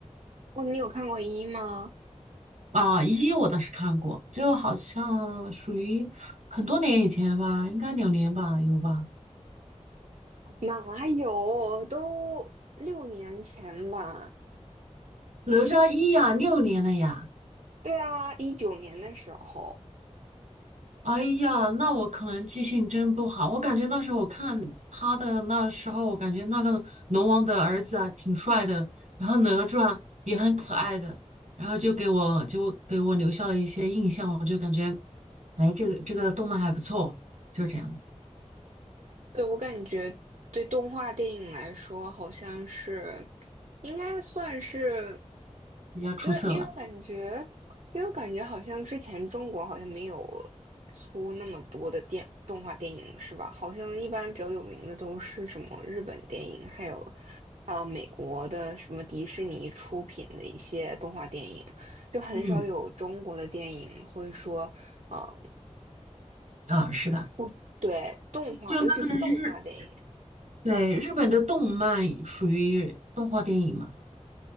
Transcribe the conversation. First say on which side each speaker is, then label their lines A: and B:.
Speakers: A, on the right (about 70°); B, on the right (about 85°).
A: 哦，你有看过一吗？
B: 啊。一我倒是看过，就好像属于很多年以前吧，应该两年吧，有吧？
A: 哪有，都六年前吧。
B: 哪吒一呀，六年了呀。
A: 对啊，一九年的时候。
B: 哎呀，那我可能记性真不好。我感觉那时候我看他的那时候，我感觉那个龙王的儿子啊挺帅的，然后哪吒也很可爱的，然后就给我就给我留下了一些印象，我就感觉，哎，这个这个动漫还不错，就是这样子，
A: 对，我感觉对动画电影来说，好像是应该算是，
B: 比较出色了。
A: 因为因为我感觉，因为我感觉好像之前中国好像没有出那么多的电动画电影，是吧？好像一般比较有名的都是什么日本电影，还有还有美国的什么迪士尼出品的一些动画电影，就很少有中国的电影会说啊，
B: 嗯，啊，是的，
A: 就是出对动画，
B: 就那个日，
A: 尤其是动画电影。
B: 对，日本的动漫属于动画电影嘛。